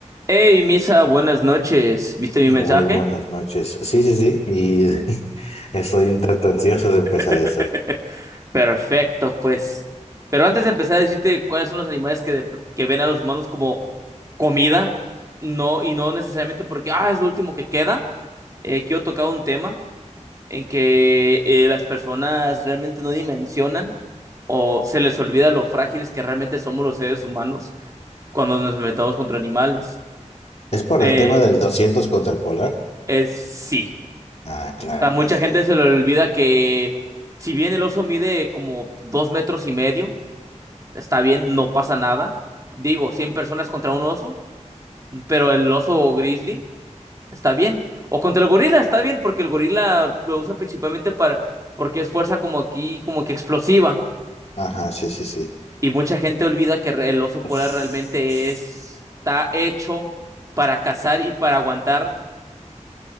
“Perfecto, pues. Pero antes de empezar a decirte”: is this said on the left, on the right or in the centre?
Right